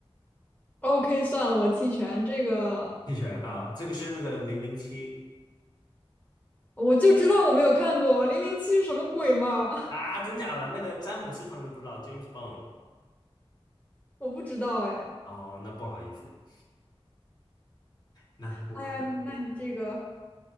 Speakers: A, on the left; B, on the left.
A: OK，算了，我弃权，这个
B: 弃权啊，这个是那个零零七
A: 我就知道我没有看过《零零七》什么鬼嘛，
B: 啊，真假的那个詹姆斯彭的不知道 James Bond
A: <laughs> 我不知道哎。
B: 哦，那不好意思，那不好，
A: 哎呀，那你这个，